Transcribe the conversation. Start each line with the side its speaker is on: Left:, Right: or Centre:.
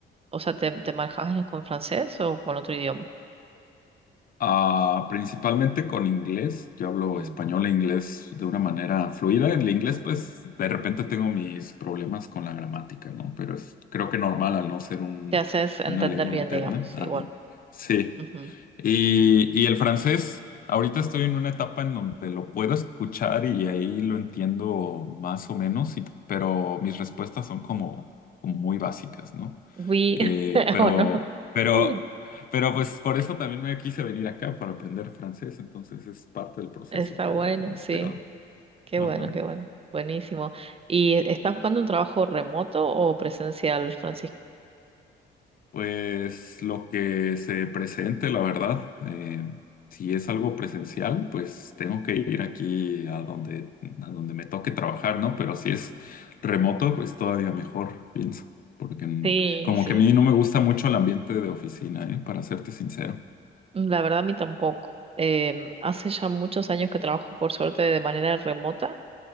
Right: O sea, ¿te, te manejas con francés o con otro idioma?
Left: Ah, principalmente con inglés. Yo hablo
Right: Mm.
Left: español e inglés de una manera fluida. En el inglés, pues, de repente tengo mis problemas con la gramática, ¿no? Pero es creo que normal al no ser un,
Right: Te haces entender
Left: una lengua
Right: bien,
Left: materna.
Right: digamos,
Left: Ajá.
Right: igual.
Left: Sí.
Right: Ujú.
Left: Y, y el francés, ahorita estoy en una etapa en donde lo puedo escuchar y ahí lo entiendo más o menos, y- pero mis respuestas son como, como muy básicas, ¿no?
Right: Oui,
Left: Eh,
Right: <laughs>
Left: pero,
Right: o no.
Left: pero,
Right: Mm.
Left: pero pues por eso también me quise venir acá para aprender francés, entonces es parte del proceso
Right: Está
Left: que
Right: bueno,
Left: ya tenía
Right: sí.
Left: esperado.
Right: Qué
Left: Ajá.
Right: bueno, qué bueno. Buenísimo. ¿Y estás buscando un trabajo remoto o presencial, Francisco?
Left: Pues lo que se presente, la verdad, eh, si es algo presencial, pues tengo que ir aquí a donde, a donde me toque trabajar, ¿no? Pero si es remoto, pues todavía mejor, pienso, porque en-
Right: Sí,
Left: como
Right: sí.
Left: que a mí no me gusta mucho el ambiente de oficina, ¿eh? Para serte sincero.
Right: La verdad, a mí tampoco. Em, hace ya muchos años que trabajo, por suerte, de manera remota.